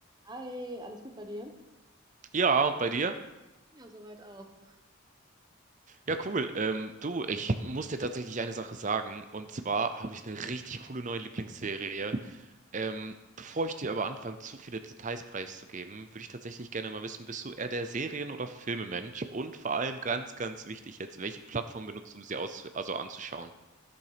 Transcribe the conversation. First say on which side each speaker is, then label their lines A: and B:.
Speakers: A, on the right (about 20°); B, on the right (about 35°).
A: Hi, alles gut bei dir?
B: Ja, und bei dir?
A: Ja, soweit auch.
B: Ja, cool. Ähm, du, ich muss dir tatsächlich eine Sache sagen. Und zwar habe ich eine richtig coole neue Lieblingsserie. Ähm, bevor ich dir aber anfange, zu viele Details preiszugeben, würde ich tatsächlich gerne mal wissen, bist du eher der Serien- oder Filmemensch? Und vor allem ganz, ganz wichtig jetzt, welche Plattform benutzt du, um sie aus also anzuschauen?